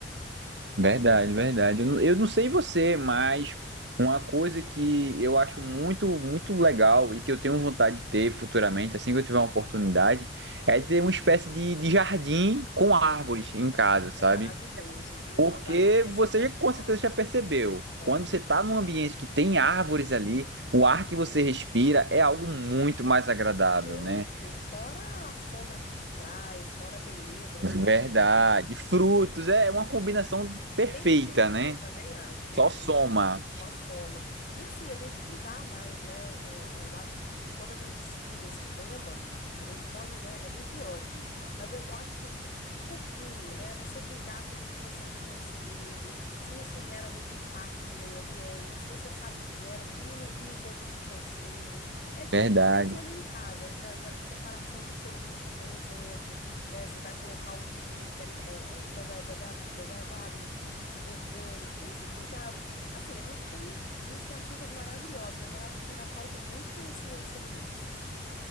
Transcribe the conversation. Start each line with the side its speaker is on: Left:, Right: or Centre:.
Right: Verdade, verdade. Eu não, eu não sei você, mas uma coisa que eu acho muito, muito legal e que eu tenho vontade de ter futuramente, assim que eu tiver uma oportunidade, é de ter uma espécie de, de jardim com árvores em casa, sabe?
Left: É maravilhoso, viu?
Right: Porque
Left: Eu já tive essa
Right: você
Left: oportunidade.
Right: já, com certeza já percebeu,
Left: É,
Right: quando você está num ambiente que tem árvores ali, o ar que você respira é algo muito mais agradável,
Left: muito.
Right: né?
Left: Fora a sombra que te traz, fora a beleza, né? Seu
Right: Verdade. Frutos, é uma combinação perfeita,
Left: Perfeita
Right: né?
Left: eu também acho, perfeito.
Right: Só soma.
Left: Só soma. E assim, a gente cuidar mais, né? É, é, eu acho que quando a gente estuda esse tema, a gente pode, né? É muito amplo, mas eu, eu acho que de pouquinho, né? Você cuidar com o que, que você está consumindo, se isso gera muito impacto no meio ambiente, se você sabe que gera, diminuir um pouco esse consumo. É de,
Right: Verdade.
Left: começando em casa, na, na separação do seu lixo, por exemplo, né? Você vai colocar o lixo ali que é- é- é- não é dega- degradável, o lixo orgânico, tem esse cuidado. Assim, a gente tem iniciativas maravilhosas, mas eu acho que ainda falta muito conhecimento sobre isso.